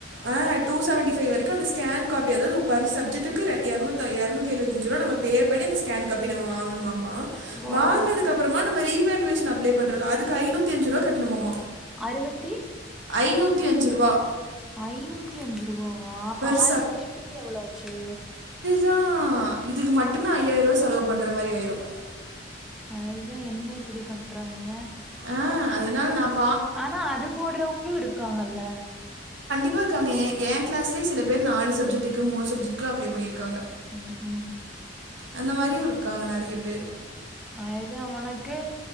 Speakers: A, on the right (about 85°); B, in the centre.
A: ஆஹ் டூ செவன்டி ஃபை வரைக்கும் அந்த ஸ்கேன் காப்பி அதாவது பர் சப்ஜெட்க்கு ரெண் எர்நூத்தா எர்நூத்தி எழுபத்தஞ்சு ரூபா நம்ம பே பண்ணி இந்த ஸ்கேன் காப்பி நம்ம வாங்கணும்மமா
B: ஓ
A: வாங்னதுக்கு
B: ஓ
A: அப்புறமா நம்ம ரீவேல்யேஷன் அப்ளை பன்றேன் இல்ல அதுக்கு ஐநூத்தி அஞ்சு ரூவா கட்ணுமாம
B: அறுவத்தி
A: ஐநூத்தி அஞ்சு ரூவா
B: ஐநூத்தி அஞ்சு ரூவா ஓ அப்ப
A: பர்
B: ஆறு சப்ஜெக்ட்டுக்கு எவ்ளோ ஆச்சு
A: தான் இதுக்கு மட்டுமே ஐயாயிரம் ரூவா செலவு பண்ற மாரி ஆயிரும்
B: அதுதா என்ன இப்படி பண்றாங்க ஏன்
A: ஆஹ் அதனால நாப்
B: ஆனா அது போட்றவங்களும் இருக்காங்கல்ல
A: ப்ப இருக்காங்க ஏன் ஏன் கிாஸ்லே சில பேர் நாலூ சப்ஜெட்டுக்கும் மூணூ சப்ஜெக்டுக்கு அப்ளை பண்ணியிருக்காங்க
B: ம் ஹும்
A: அந்த மாதிரியும் இருக்காங்க நறைய பேரு
B: ஆயத்தா உனக்கு